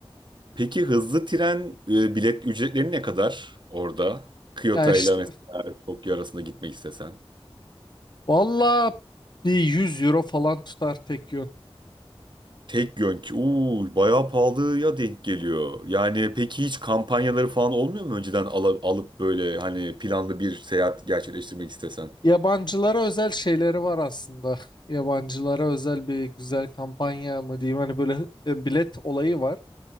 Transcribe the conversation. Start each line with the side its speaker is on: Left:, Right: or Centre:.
Right: Peki hızlı tren e, bilet ücretleri ne kadar orada? Kyoto
Left: ya işte
Right: ile mesela Tokyo arasında gitmek istesen.
Left: valla bir 100 euro falan tutar tek yön.
Right: Tek yönk. Uuu bayağı pahalıya denk geliyor. Yani peki hiç kampanyaları falan olmuyor mu önceden ala- alıp böyle hani planlı bir seyahat gerçekleştirmek istesen?
Left: Yabancılara özel şeyleri var aslında. Yabancılara özel bir güzel kampanya mı diyeyim hani böyle e, bilet olayı var.